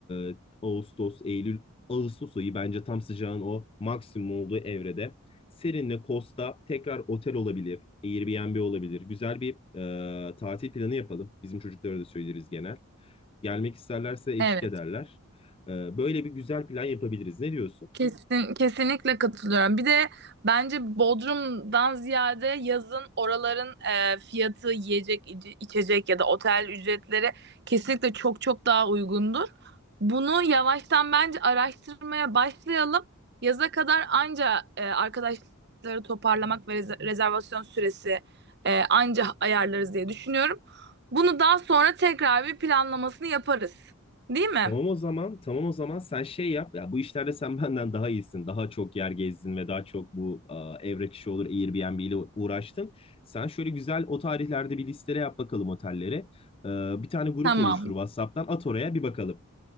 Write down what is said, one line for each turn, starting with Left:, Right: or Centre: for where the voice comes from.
Left: e, Ağustos, Eylül, Ağustos ayı bence tam sıcağın o maksimum olduğu evrede. Serinle Kosta tekrar otel olabilir. Airbnb olabilir. Güzel bir e, tatil planı yapalım. Bizim çocuklara da söyleriz genel. Gelmek isterlerse eşlik
Right: Evet.
Left: ederler. E, böyle bir güzel plan yapabiliriz. Ne diyorsun?
Right: Kesin, kesinlikle katılıyorum. Bir de bence Bodrum'dan ziyade yazın oraların e, fiyatı, yiyecek, iç- içecek ya da otel ücretleri kesinlikle çok çok daha uygundur. Bunu yavaştan bence araştırmaya başlayalım. Yaza kadar anca e, arkadaşları toparlamak ve rez- rezervasyon süresi e, anca ayarlarız diye düşünüyorum. Bunu daha sonra tekrar bir planlamasını yaparız. Değil mi?
Left: Tamam o zaman, tamam o zaman sen şey yap. Ya bu işlerde sen <laughs> benden daha iyisin. Daha çok yer gezdin ve daha çok bu e, evrak işi olur Airbnb ile uğraştın. Sen şöyle güzel o tarihlerde bir listele yap bakalım otellere. E, bir tane grup
Right: Tamam.
Left: oluştur WhatsApp'tan at oraya bir bakalım.